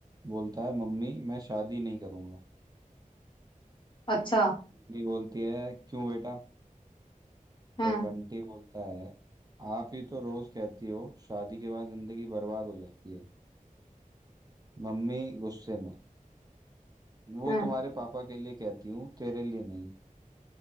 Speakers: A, on the right; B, on the left.
A: बोलता है मम्मी मैं शादी नहीं करूंगा
B: अच्छा
A: मम्मी बोलती है क्यों बेटा
B: हाँ
A: फिर बंटी बोलता है आप ही तो रोज कहती हो शादी के बाद जिंदगी बर्बाद हो जाती है मम्मी गुस्से में वो
B: हाँ
A: तुम्हारे पापा के लिए कहती हूँ तेरे लिए नहीं